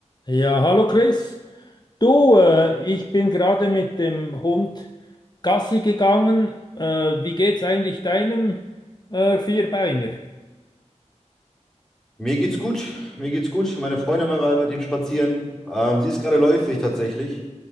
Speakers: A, on the left; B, in the centre.
A: Ja, hallo Chris. Du, äh, ich bin gerade mit dem Hund Gassi gegangen. Äh, wie geht's eigentlich deinem äh, Vierbeiner?
B: Mir geht's gut, mir geht's gut. Meine Freundin war gerade mit ihm spazieren. Ähm, sie ist gerade läufig tatsächlich.